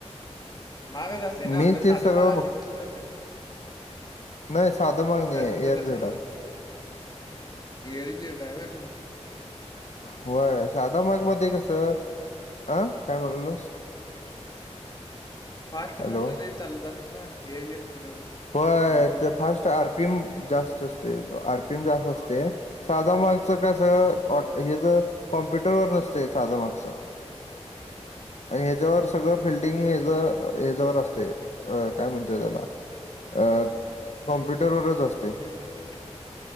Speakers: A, on the left (about 35°); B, on the left (about 75°).
A: मागच असतय ना
B: मी
A: आपल
B: ते
A: साध
B: सगळं
A: मगा असे
B: बघ
A: तसच असत ना.
B: नाही साध महाग नाहीये
A: काय तुमचं
B: एअर
A: कसलं
B: जेट आहे.
A: एअर जड्रावर आहे व्हय तु?
B: होय साधा माग मध्ये कस, अं काय म्हणालास?
A: फास्ट
B: हॅलो
A: म्हणल लय चालत असेल ना एर गेड म्हणल्यावर.
B: होय
A: हॅलो
B: तर फास्ट आर पी एम जास्त असते आर पी एम जास्त असते. साधा मार्कसच कस
A: हम्म
B: हे ज कॉम्प्युटरवर नसत साधा मार्क्सच. आणि ह्याच्यावर सगळ फिल्डिंग हच ह्याच्यावर असते अ काय म्हणतय त्याला? अ कॉम्प्युटर वरच असते.
A: हम्म